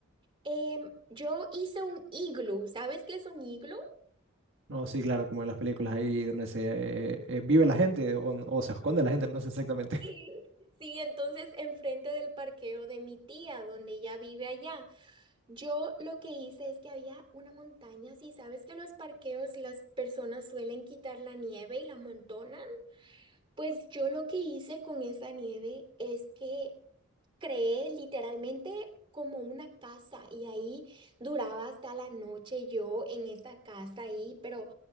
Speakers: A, on the right (about 25°); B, on the right (about 60°).
A: em, yo hice un iglú. ¿Sabes qué es un iglú?
B: No, sí, claro, como en las películas ahí donde se eh, eh, vive la gente o, o se esconde la gente, no sé exactamente.
A: Sí, Sí, entonces enfrente del parqueo de mi tía, donde ella vive allá. Yo lo que hice es que había una montaña, si sabes que los parqueos las personas suelen quitar la nieve y la amontonan, pues yo lo que hice con esa nieve es que creé literalmente como una casa y ahí duraba hasta la noche yo en esa casa ahí, pero